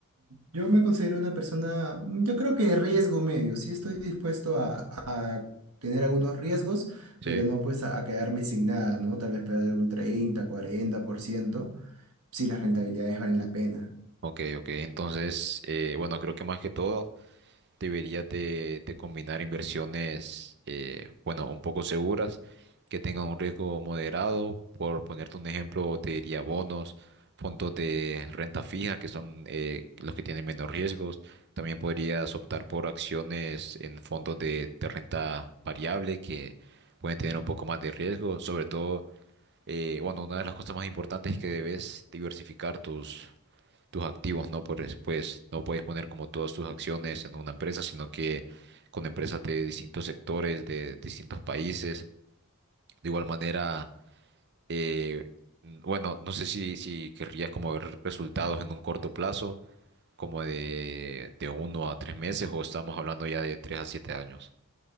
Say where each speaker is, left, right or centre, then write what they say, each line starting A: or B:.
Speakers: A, on the right; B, on the right.
A: Yo me considero una persona, mm, yo creo que de riesgo medio, sí estoy dispuesto a, a tener algunos riesgos,
B: Sí.
A: pero no pues a, a quedarme sin nada, ¿no? Tal vez perder un treinta, cuarenta por ciento, si las rentabilidades valen la pena.
B: Ok, ok. Entonces, eh, bueno, creo que más que todo deberías de, de combinar inversiones, eh, bueno, un poco seguras, que tengan un riesgo moderado. Por ponerte un ejemplo, te diría bonos, fondos de renta fija, que son eh, los que tienen menos riesgos. También podrías optar por acciones en fondos de, de renta variable, que pueden tener un poco más de riesgo. Sobre todo, eh, bueno, una de las cosas más importantes es que debes diversificar tus tus activos, ¿no? Por, es- pues no puedes poner como todas tus acciones en una empresa, sino que con empresas de distintos sectores, de distintos países. De igual manera, eh, n- bueno, no sé si, si querrías como ver resultados en un corto plazo, como de, de uno a tres meses, o estamos hablando ya de tres a siete años.